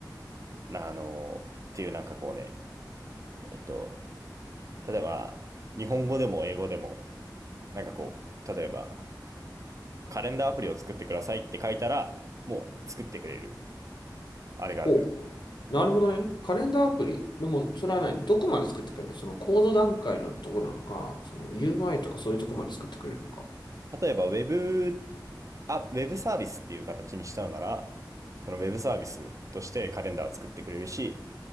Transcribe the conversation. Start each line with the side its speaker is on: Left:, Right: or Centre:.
Right: なあの、っていうなんかこうね、えっと、例えば、日本語でも英語でも、なんかこう、例えば、カレンダーアプリを作ってくださいって書いたら、もう作ってくれる、あれがあるのよ。
Left: お、なるほどね。カレンダーアプリ。でも、それはね、どこまで作ってくれるのそのコード段階のとこなのか、その UI とかそういうとこまで作ってくれるのか。
Right: 例えば、ウェブあ、ウェブサービスっていう形にしたのなら、そのウェブサービスとしてカレンダーを作ってくれるし、